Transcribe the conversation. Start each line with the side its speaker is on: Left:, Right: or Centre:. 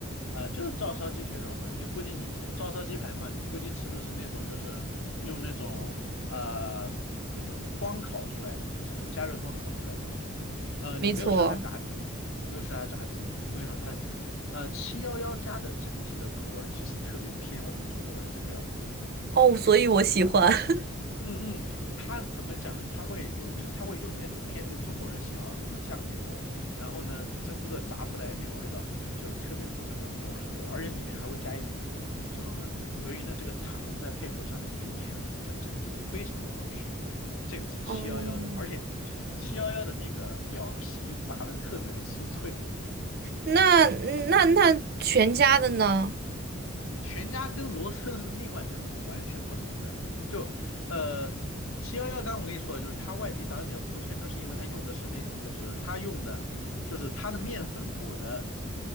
Left: 啊，就是照烧鸡腿肉嘛，就估计你呃照烧鸡排嘛，你估计吃的是那种就是用那种呃那种光烤出来的，就是那种加热光烤出来的那种。呃，
Right: 没错，
Left: 你没有吃它炸鸡，你没有吃它炸鸡。我跟你说，它的呃七幺幺家的整体的口味儿其实特别偏我们中国人这边儿
Right: 哦，所以我喜欢。<laughs>
Left: 嗯嗯，他怎么讲呢？他会有，就他会用那种偏就中国人喜好的那种酱油，然后呢，整个炸出来的那个味道就特别符合咱们中国人口味，而且里面还会加一点糖，你知道吗？所以呢，这个糖再配合上那个盐，它整体会非常的好吃。这个是七幺幺的，
Right: 嗯，
Left: 而且七幺幺的那个表皮炸的特别的酥脆。
Right: 那那那全家的呢？
Left: 全家跟罗森是另外两种完全不同的。就呃，七幺幺刚我跟你说的，就是它外皮炸的比较酥脆，那是因为它用的是那种，就是它用的就是它的面粉裹的